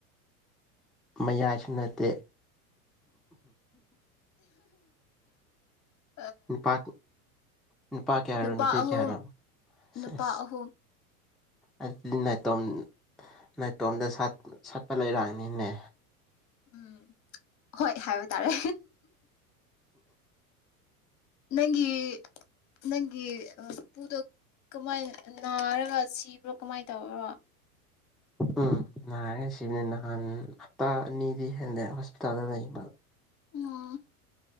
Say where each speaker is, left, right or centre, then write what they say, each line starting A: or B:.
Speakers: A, in the centre; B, on the left.
A: ꯃꯌꯥꯏꯁꯨ ꯅꯠꯇꯦ
B: ꯑ
A: ꯅꯨꯄꯥ ꯅꯨꯄꯥ ꯀꯌꯥ ꯍꯥꯏꯔꯣ
B: ꯅꯨꯄꯥ
A: ꯅꯨꯄꯤ
B: ꯑꯍꯨꯝ
A: ꯀꯌꯥ ꯍꯥꯏꯔꯣꯁ
B: ꯅꯨꯄꯥ ꯑꯍꯨꯝ
A: ꯑꯗꯨꯗꯤ ꯅꯥꯏꯇꯣꯝ ꯅꯥꯏꯇꯣꯝꯗ ꯁꯥꯠꯄ ꯂꯩꯔꯥꯡꯅꯤꯅꯦ
B: ꯎꯝ ꯍꯣꯏ ꯍꯥꯏꯕ ꯇꯥꯔꯦ ꯅꯪꯒꯤ ꯅꯪꯒꯤ ꯄꯨꯗꯣ ꯀꯃꯥꯏꯅ ꯅꯥꯔꯒ ꯁꯤꯕ꯭ꯔꯣ ꯀꯃꯥꯏꯅ ꯇꯧꯕꯔꯣ
A: ꯎꯝ ꯅꯔꯒꯁꯤꯕꯅꯦ ꯅꯍꯥꯟ ꯍꯞꯇꯥ ꯑꯅꯤꯗꯤ ꯍꯦꯜꯂꯦ ꯍꯣꯁꯄꯤꯇꯥꯜꯗ ꯂꯩꯕ
B: ꯎꯝ